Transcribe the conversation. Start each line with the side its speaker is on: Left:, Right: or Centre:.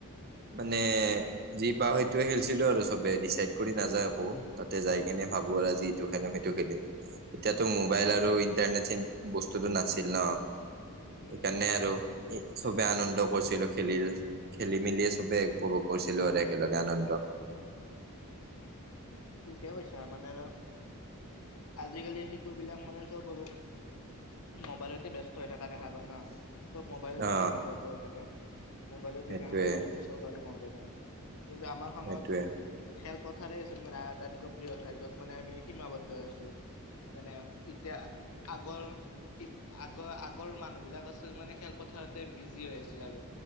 Right: মানে যি পাওঁ সেইটোয়ে খেলছিলো আৰু চবে ডিচাইড কৰি নাযাওঁ একো। তাতে যাই কিনে, ভাবো আৰু যি এইটো খেলিম, সেইটো খেলিম, এতিয়াতো মোবাইল
Left: উম
Right: আৰু ইণ্টাৰনেট চ বস্তুটো নাছিল ন,
Left: উম
Right: সেইকাৰণে আৰু চবে আনন্দ কৰিছিলো খেলি, খেলি- মেলি। চবেই উপভোগ কৰিছিলো আৰু একেলগে আনন্দ।
Left: ঠিকে কৈছা, মানে আৰু আজিকালি শিশুৰ, বিলাক মানে চব আৰু মোবাইলতে ব্যস্ত হৈ থকা দেখা <inaudible> না চব, মোবাইলতে
Right: অ
Left: সীমাবদ্ধ হৈ থাকে, মোবাইলত
Right: সেইটোৱে
Left: দুুনীয়াখনতে চব বাৰু বন্ধই নাই, কিন্তু আমাৰ সময়ত
Right: সেইটোৱে
Left: খেলপথাৰে চোন মানে আটাইতকৈ প্ৰিয় ঠাই য'ত মানে আমি সীমাবদ্ধ হৈছিলো, মানে এতিয়া আগৰ ই, আগৰ আগৰ আছিল, মানে খেলপথাৰতে বিজি হৈ আৰু।